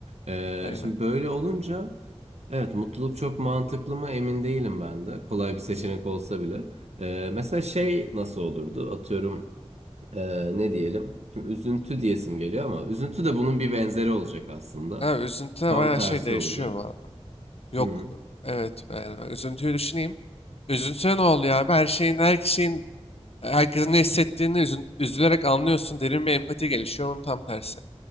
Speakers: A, on the right; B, on the left.
A: E,
B: aynen.
A: şimdi böyle olunca evet mutluluk çok mantıklı mı emin değilim ben de. Kolay bir seçenek olsa bile. E, mesela şey nasıl olurdu? Atıyorum e, ne diyelim? Şimdi üzüntü diyesim geliyor ama üzüntü de bunun bir benzeri olacak aslında.
B: Ha, üzüntüde
A: Tam
B: bayağı
A: tersi
B: şey değişiyor
A: olacak.
B: bu arada. Yok
A: Hı
B: evet yani üzüntüyü düşüneyim. Üzüntüne ne oluyor abi? Her şeyin, her kişinin, herkesin ne hissettiğini üzün- üzülerek anlıyorsun. Derin bir empati gelişiyor. Onun tam tersi.